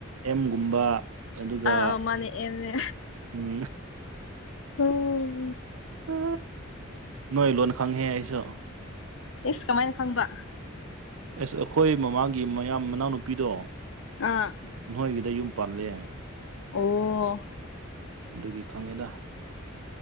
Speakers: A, on the right; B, on the left.
A: ꯑꯦꯝꯒꯨꯝꯕ ꯑꯗꯨꯒ
B: ꯑꯥ ꯑꯥ ꯃꯥꯅꯦ ꯑꯦꯝꯅꯦ
A: ꯎꯝ
B: ꯎꯝ
A: ꯎ ꯅꯣꯏ ꯂꯣꯟ ꯈꯪꯍꯦ ꯑꯩꯁꯨ
B: ꯑꯦ ꯀꯃꯥꯏꯅ ꯈꯪꯕ
A: ꯑꯁ ꯑꯩꯈꯣꯏ ꯃꯃꯥꯡꯒꯤ ꯃꯌꯥꯝ ꯃꯅꯥꯎꯅꯨꯄꯤꯗꯣ
B: ꯑꯥ
A: ꯅꯣꯏꯒꯤꯗ ꯌꯨꯝ ꯄꯥꯜꯂꯦ
B: ꯑꯣ
A: ꯑꯗꯨꯒꯤ ꯈꯪꯉꯤꯗ